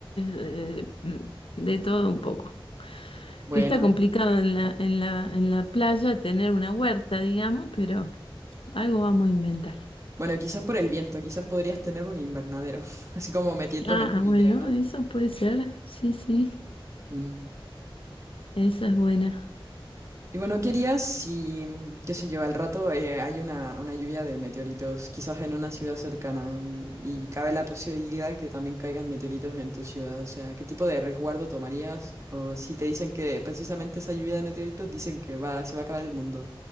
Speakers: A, on the left; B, on the right.
A: eh, mm, de todo un poco.
B: Buena.
A: Que está complicado en la, en la, en la playa tener una huerta, digamos, pero algo vamos a inventar.
B: Bueno, quizás por el viento, quizás podrías tener un invernadero, <laughs> así como metiéndome
A: Ah,
B: en tu
A: ah,
B: idea,
A: bueno,
B: ¿no?
A: eso puede ser, sí, sí.
B: Mm.
A: Esa es buena.
B: Y bueno, ¿qué harías si, qué sé yo, al rato eh, hay una, una lluvia de meteoritos, quizás en una ciudad cercana, y, y cabe la posibilidad que también caigan meteoritos en tu ciudad? O sea, ¿qué tipo de resguardo tomarías? O si te dicen que precisamente esa lluvia de meteoritos dicen que va, se va a acabar el mundo.